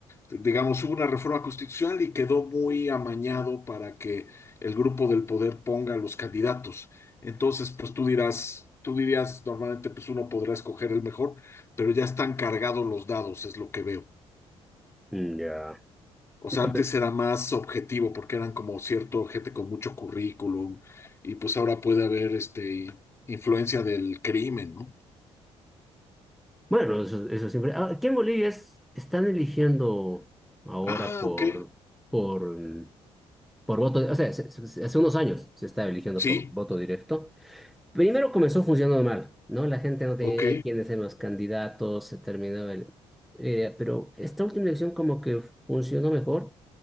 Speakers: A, on the left; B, in the centre.
A: digamos, hubo una reforma constitucional y quedó muy amañado para que el grupo del poder ponga los candidatos. Entonces, pues tú dirás, tú dirías, normalmente pues uno podrá escoger el mejor, pero ya están cargados los dados, es lo que veo.
B: Mm, Ya.
A: O sea,
B: Ya,
A: antes
B: pero-
A: era más objetivo porque eran como cierto gente con mucho currículum y pues ahora puede haber este influencia del crimen, ¿no?
B: Bueno, eso, eso siempre. Ah, Aquí en Bolivia es- están eligiendo ahora
A: Ah,
B: por,
A: ok.
B: por, mm, por voto, o sea, se- se- se- hace unos años se estaba eligiendo
A: Sí,
B: por voto directo. Primero comenzó funcionando mal, ¿no? La gente no tenía
A: ok,
B: idea quiénes eran los candidatos, se terminaba el... eh, pero esta última elección como que funcionó mejor